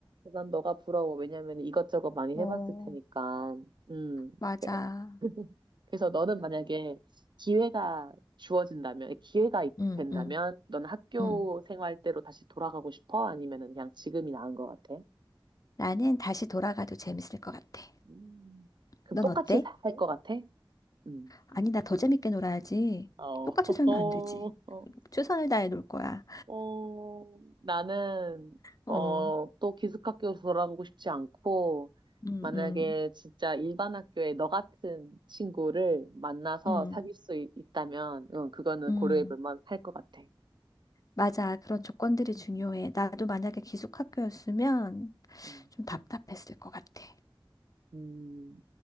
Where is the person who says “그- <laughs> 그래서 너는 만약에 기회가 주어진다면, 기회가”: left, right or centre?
Right